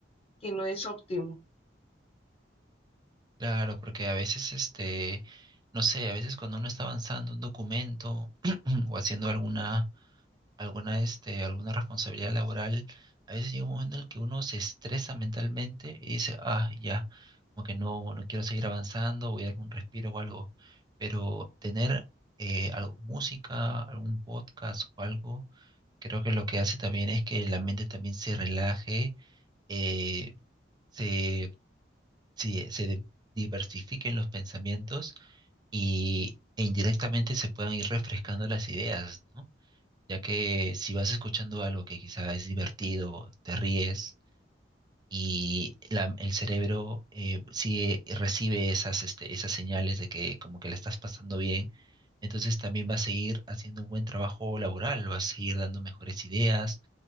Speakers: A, on the left (about 30°); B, on the right (about 25°).
A: que no es óptimo.
B: Claro, porque a veces este, no sé, a veces cuando uno está avanzando un documento <clears throat> o haciendo alguna alguna, este, alguna responsabilidad laboral, a veces llega un momento en el que uno se estresa mentalmente y dice, ah, ya, como que no, no quiero seguir avanzando, voy a darme un respiro o algo. Pero tener eh, al- música, algún podcast o algo, creo que lo que hace también es que la mente también se relaje, eh, se, se, se de- diversifiquen los pensamientos y, e indirectamente se puedan ir refrescando las ideas, ¿no? ya que si vas escuchando algo que quizá es divertido, te ríes y la- el cerebro eh, sigue, recibe esas, este, esas señales de que como que la estás pasando bien, entonces también va a seguir haciendo un buen trabajo laboral, va a seguir dando mejores ideas,